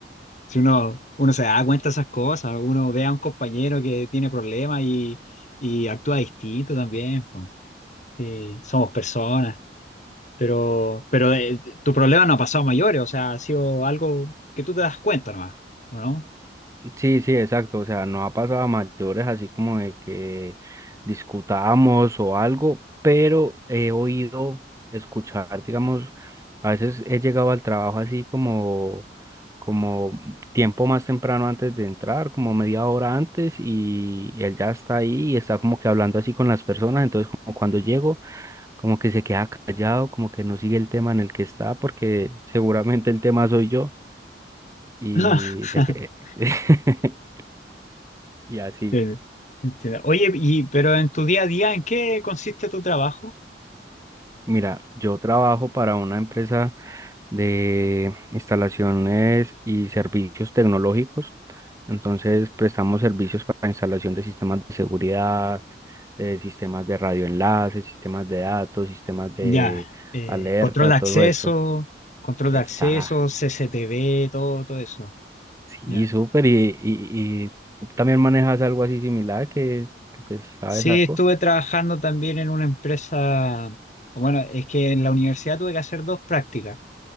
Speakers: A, on the left; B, on the right.
A: Si uno, uno se da cuenta de esas cosas, uno ve a un compañero que tiene problemas y, y actúa distinto también, po. Sí, somos personas. Pero, pero eh, tu problema no ha pasado a mayores, o sea, ha sido algo que tú te das cuenta nomás, ¿o no?
B: Sí, sí, exacto. O sea, no ha pasado a mayores así como de que discutamos o algo, pero he oído escuchar, digamos, a veces he llegado al trabajo así como, como tiempo más temprano antes de entrar, como media hora antes, y, y él ya está ahí y está como que hablando así con las personas. Entonces, como cuando llego, como que se queda callado, como que no sigue el tema en el que está, porque seguramente el tema soy yo. Y
A: <laughs>
B: se que <laughs> Y así,
A: Sí, entiendo. Oye, y, pero en tu día a día, ¿en qué consiste tu trabajo?
B: mira, yo trabajo para una empresa de instalaciones y servicios tecnológicos. Entonces, prestamos servicios para instalación de sistemas de seguridad, de sistemas de radioenlaces, sistemas de datos, sistemas de
A: Ya, eh,
B: alerta,
A: control de
B: todo
A: acceso,
B: eso.
A: control
B: Esa,
A: de acceso, CCTV, todo, todo eso.
B: sí,
A: Ya.
B: súper. Y, y, y tú también manejas algo así similar que, que, pues, sabes
A: Sí,
B: algo.
A: estuve trabajando también en una empresa, bueno, es que en la universidad tuve que hacer dos prácticas.